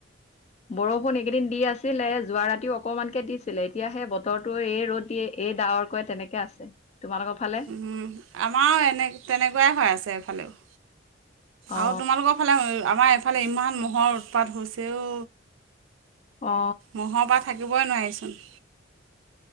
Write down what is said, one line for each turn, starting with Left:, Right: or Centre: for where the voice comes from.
Left: বৰষুণ এইকেইদিন দি আছিলে যোৱা ৰাতিও অকণমান। কে দিছিলে এতিয়া সেই বতৰটো এই ৰ'দ দিয়ে এই ডাৱৰ কৈ তেনেকে আছে তোমালোকৰ ফালে
Right: উম আমাৰো এনে তেনেকুৱাই হৈ আছে এইফালেও-
Left: অ
Right: আও তোমালোকৰ ফালে আমাৰ এইফালে ইমান ম'হৰ উৎপাত হৈছেও।
Left: অ
Right: মহৰ পা থাকিবই নোৱাৰিচোন।